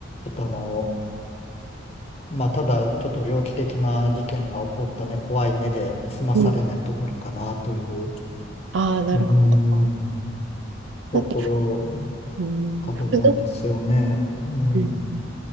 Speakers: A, on the left; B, on the right.
A: ょっとあの、まあ、ただちょっと猟奇的な事件が起こったね、怖いねで済まされないところかなという、
B: うん。ああ、なるほど。
A: うーん、
B: だって、
A: ところ
B: うん、
A: かと思うんですよね。
B: 複雑、
A: うん、
B: うん。